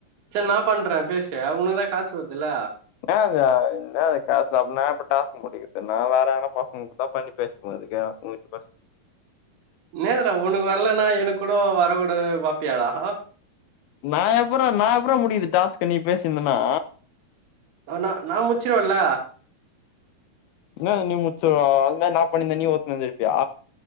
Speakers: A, on the right; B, on the left.
A: செரி நா பண்றே பேசு உனக்குதா காஸ் வருதுல்ல
B: ன்ன அது என்ன டாஸ்க் அப்பனா எப்ப டாஸ்க் முடிக்குது நா வேற வேனா பசங்க பண்ணி பேசிக்கு ஒனக்கு உகிட்ட பேசி
A: என்னதுரா ஒனக்கு வரலனா எனக்கு கூட வரகூடாதுனு பாப்பியா டா
B: நா எப்புறா நா எப்புறாமுடிக்கறது டாஸ்க்கு நீ பேசியிருந்தனா
A: ஆனா நா முச்சுருவல்ல
B: என்னது நீ முச்சுருவ அதுமாரி‌ நா பண்ணிந்த நீ ஒத்துனுருந்துருப்பியா